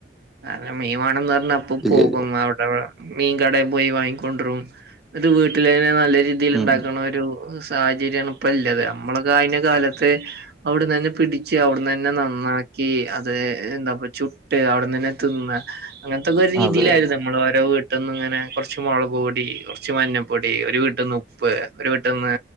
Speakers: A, on the right (about 60°); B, in the centre.
A: കാരണം മീൻ വാണം എന്ന് പറഞ്ഞ ഇപ്പോപോകും
B: ഇല്ല ഇല്ല
A: അവിടെ മീൻ കടയി പോയി വാങ്ങിക്കൊണ്ട് വരും എന്നിട്ട്‌വീട്ടിൽ തന്നെ നല്ല രീതി രീതിൽ ഉണ്ടാക്ണ
B: ഉം
A: ഒരു സാഹചര്യമാണ് ഇപ്പല്ലത് നമ്മളൊക്കെ കയിഞ്ഞ കാലത്ത് അവിടെന്ന്ന്നെ പിടിച്ച് അവിടന്ന് തന്നെ നന്നാക്കി അത് എന്താപ്പ ചുട്ട് അവിടെന്ന് തന്നെ തിന്ന് അങ്ങനത്തെക്കൊരു രീതിയിലായിരുന്നു
B: അതെ അതെ
A: നമ്മൾ ഓരോ വീട്ട് പെട്ടന്ന് ഇങ്ങനെ കൊറച്ച് മുളക് പൊടി കുറച്ച് മഞ്ഞപ്പൊടി ഒരു വീട്ടിൽന്ന് ഉപ്പ് ഒരു വീട്ടന്ന്